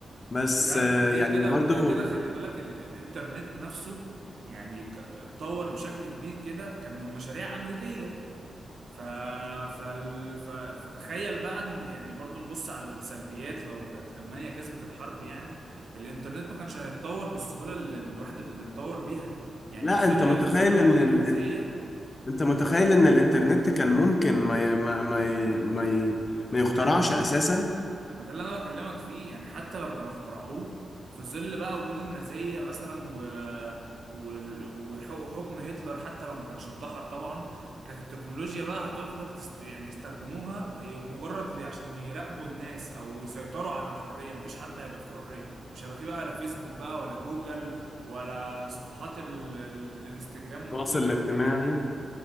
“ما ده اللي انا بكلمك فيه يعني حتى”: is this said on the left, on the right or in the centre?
Right